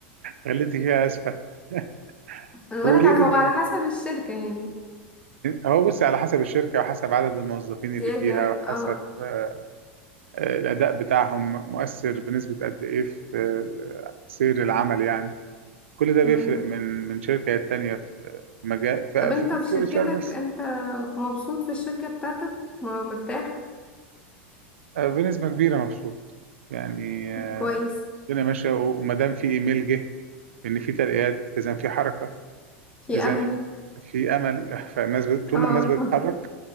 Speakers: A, on the right; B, on the left.
A: خليتي فيها اسفه <laughs>
B: انا
A: طب
B: بقول
A: قولي
B: لك على
A: لي
B: هو على حسب الشركة يعني
A: هو بص على حسب الشركه وحسب عدد الموظفين
B: احتياجها
A: اللي فيها وحسب
B: اه
A: آه، الاداء بتاعهم مؤثر بنسبه قد ايه في آه، سير العمل يعني كل ده
B: مم.
A: بيفرق من من شركة للتانية في في مجال في
B: طب انت
A: في- مش
B: في
A: في
B: شركتك
A: الاتش ار بس
B: انت مبسوط في الشركة بتاعتك م- مرتاح
A: آه، بنسبة كبيرة مبسوط يعني آه،
B: كويس
A: الدنيا ماشية وما دام في ايميل جه ان في ترقيات اذا في حركة
B: في
A: اذا
B: امل
A: في امل <laughs> فالناس بت- طول
B: اه
A: ما الناس بتتحرك
B: <laughs>